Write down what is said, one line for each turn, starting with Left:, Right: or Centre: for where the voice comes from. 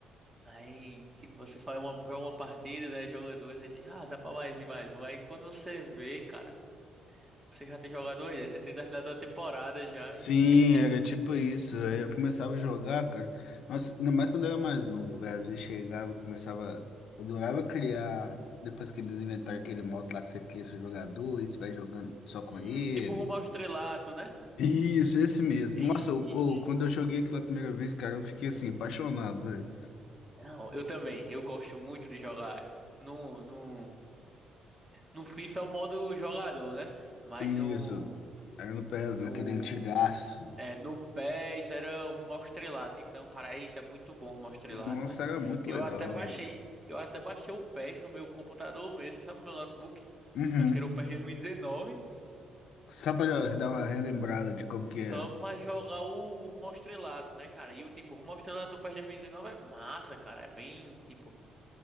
Right: aí tipo, você faz uma, joga uma partida, né? Joga duas, aí diz, ah, dá pra mais e mais um. Aí quando você vê, cara, você já tem jogado dois, né? Você tem terminado a temporada já
Left: Sim,
Right: e. <laughs>
Left: era tipo isso. Aí Eu começava a jogar, cara. Nossa, ainda mais quando eu era mais novo, velho. Às vezes chegava, começava. Eu adorava criar. Depois que eles inventaram aquele modo lá que você cria seu jogador e você vai jogando só com
Right: Hum,
Left: ele.
Right: tipo rumo ao estrelato, né?
Left: Isso, esse mesmo.
Right: E.
Left: Nossa, eu, eu- quando eu joguei aquela primeira vez, cara, eu fiquei assim, apaixonado, velho.
Right: Não, eu também. Eu gosto muito de jogar. é, No, no... No FIFA é o modo jogador, né? Mas
Left: Isso.
Right: no,
Left: Era no PES, naquele
Right: no,
Left: antigaço.
Right: é, no PES era o rumo ao estrelato. Então, cara, eita, muito bom o rumo ao estrelato,
Left: Nossa,
Right: velho.
Left: era muito
Right: Eu
Left: legal,
Right: até baixei,
Left: velho.
Right: eu até baixei o PES no meu computador mesmo, sabe? No meu notebook.
Left: Uhum.
Right: Acho que era o PES 2019.
Left: Só pra dar uma relembrada de como que é.
Right: Só pra jogar o, o rumo ao estrelato, né, cara? E o tipo, o rumo ao estrelato do PES 2019 é massa, cara. É bem, tipo,